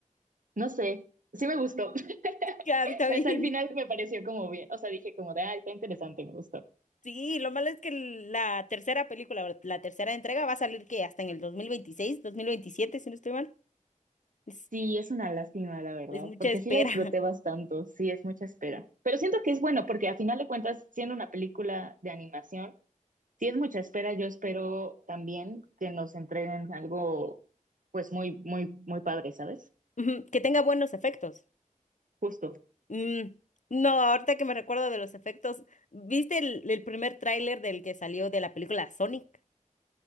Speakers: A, on the right (about 75°); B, on the left (about 65°).
A: No sé, sí me gustó. <laughs>
B: Que a mí también.
A: Pues al final
B: <laughs>
A: me pareció como bien, o sea, dije como de, ah, está interesante, me gustó.
B: Sí, lo malo es que la tercera película, o la tercera entrega va a salir que hasta en el dos dos mil veintiséis dos mil veintisiete si no estoy mal. Es,
A: Sí, es una lástima, la verdad,
B: es mucha
A: porque
B: espera.
A: sí la disfruté bastante,
B: <laughs>
A: sí, es mucha espera. Pero siento que es bueno, porque a final de cuentas, siendo una película de animación, sí es mucha espera, yo espero también que nos entreguen algo, pues muy, muy, muy padre, ¿sabes?
B: Ujú, Que tenga buenos efectos.
A: Justo.
B: Mm, no, ahorita que me recuerdo de los efectos, ¿viste el, el primer tráiler del que salió de la película Sonic?